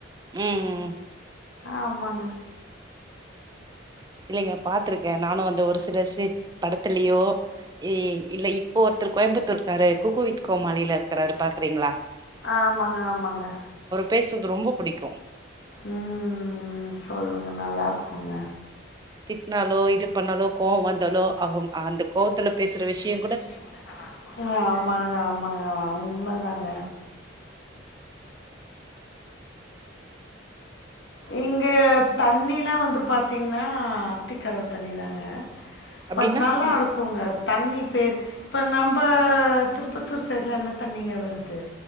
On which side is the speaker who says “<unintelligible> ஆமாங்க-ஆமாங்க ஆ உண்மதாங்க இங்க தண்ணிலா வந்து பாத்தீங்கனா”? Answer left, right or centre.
Left